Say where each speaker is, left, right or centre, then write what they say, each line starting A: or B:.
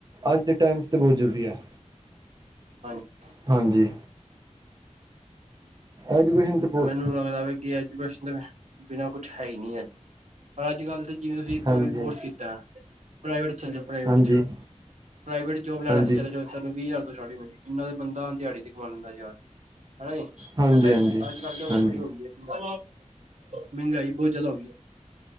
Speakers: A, on the right; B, on the right.
A: ਅੱਜ ਦੇ ਟਾਈਮ ਤੇ ਬਹੁਤ ਜ਼ਰੂਰੀ ਹੈ।
B: ਹਾਂਜੀ
A: ਹਾਂਜੀ। ਐਜੂਕੇਸ਼ਨ ਤਾਂ ਬਹੁਤ
B: ਮੈਨੂੰ ਲੱਗਦਾ ਵ ਕਿ ਆ ਬਿਨਾਂ ਕੁਛ ਹੈ ਹੀ ਨਈ ਅੱਜ ਪਰ ਅੱਜ ਕੱਲ੍ਹ ਤੇ ਜਿਵੇਂ ਤੁਸੀਂ ਕੋਈ
A: ਹਾਂਜੀ
B: ਵੀ ਕੋਰਸ ਕੀ ਤਾ। ਪਰਾਵੇਟ ਵਿੱਚ ਚਲੇ ਜਾਓ ਪ੍ਰਾਈਵੇਟ
A: ਹਾਂਜੀ
B: ਵਿੱਚ,
A: ਹਾਂਜੀ
B: ਪ੍ਰਾਈਵੇਟ ਜੋਬ ਲੈਣਾ
A: ਹਾਂਜੀ
B: ਚ ਤੁਹਾਨੂੰ ਵੀਹ ਹਜ਼ਾਰ ਤੋਂ ਸਟਾਰਟਿੰਗ ਹੋਏਗੀ। ਇਹਨਾ ਦਾ ਬੰਦਾ ਦਿਹਾੜੀ ਤੇ ਕਮਾ ਲੈਂਦਾ ਯਾਰ ਹਨਾ ਜੀ
A: ਹਾਂਜੀ
B: ਸਤਾ ਅੱਜ ਕੱਲ ਤੇ ਹੁਣ
A: ਹਾਂਜੀ
B: ਬੜੀ ਹੋ ਗਈ ਹੈ। ਮਹਿੰਗਾਈ ਬੋਤ ਜਾਦਾ ਹੋ ਗਈ ਏ।